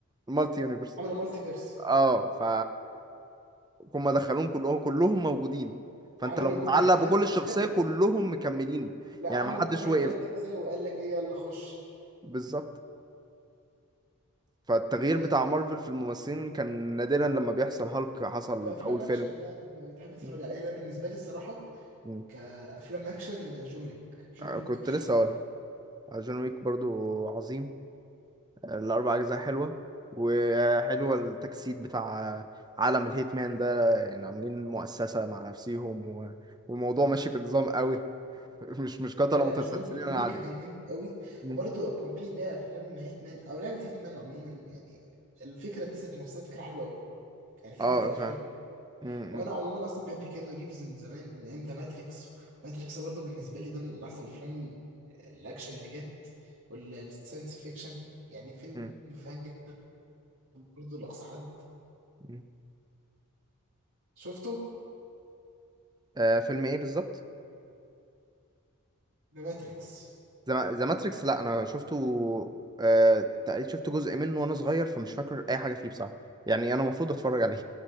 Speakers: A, on the right (about 20°); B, on the right (about 60°).
A: مالتي يونيفرس
B: عملوا مالتيفيرس
A: اه ف هم دخلوهم كلهم كلهم موجودين فانت
B: عملوا
A: لو متعلق
B: لكل واحد تلات
A: بكل الشخصيه
B: أجزاء
A: كلهم مكملين
B: لا
A: يعني
B: عمل
A: ما حدش
B: لكل واحد
A: وقف
B: تلات أجزاء وقال لك ايه يلا خش
A: بالظبط فالتغيير
B: آه
A: بتاع مارفل في الممثلين كان نادرا لما بيحصل هالك حصل
B: كأفلام
A: في اول
B: أكشن
A: فيلم
B: بقى أنت تحب تتفرج
A: م.
B: على إيه؟ أنا بالنسبة لي الصراحة
A: م.
B: كافلام اكشن جون ويك جون
A: آه،
B: ويك
A: كنت
B: أوف.
A: لسه اقولها آه، جون ويك برضو عظيم الأربع أجزاء حلوة وحلوة التجسيد بتاع عالم الهيتمان ده يعني عاملين مؤسسة مع نفسيهم و... والموضوع ماشي بنظام قوي <laughs> مش مش قتلة
B: لا لا
A: متسلسلين
B: جون ويك جون
A: عادي
B: ويك كان جامد قوي
A: مم.
B: وبرضه كان في اللي هي افلام هيتمان او لعبه هيتمان عموما يعني الفكره دي ذات نفسها فكره حلوه قوي يعني فكره
A: اه
B: الافلام
A: فاهم م-
B: هو
A: م-
B: انا عموما اصلا بحب كيانو ريفز من زمان من ايام ذا ماتريكس ماتريكس برضه بالنسبه لي ده من احسن الافلام الاكشن اللي جت والساينس فيكشن يعني فيلم
A: م-
B: فاجر برضه لاقصى حد
A: م.
B: شفته
A: آه فيلم ايه بالظبط
B: ذا ماتريكس
A: ذا ذا ماتريكس لا انا شفته آه تقريبا شفت جزء منه وانا صغير فمش فاكر اي حاجه فيه بصراحه يعني انا المفروض اتفرج عليه